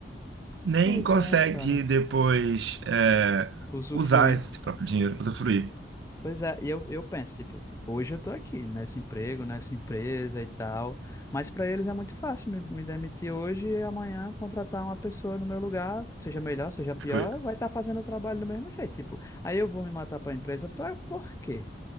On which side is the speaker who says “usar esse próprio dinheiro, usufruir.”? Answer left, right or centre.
Right